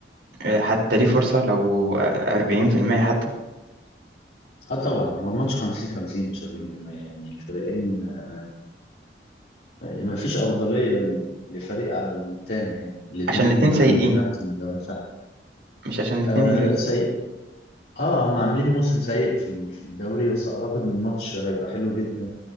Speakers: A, on the right (about 75°); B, on the left (about 65°).
A: آه، حتى ليه فرصه لو آه، 40% حتى
B: اه طبعا هو الماتش 50 50 مش 40% يعني الفريقين ما ما فيش افضليه ل- لفريق على التاني يعني الاثنين
A: عشان الاثنين
B: داخلين
A: سيئين
B: بنفس الدوري
A: مش عشان الاثنين
B: آه سيء اه هم عاملين موسم سيء في ال- في الدوري بس اعتقد ان الماتش هيبقى حلو جدا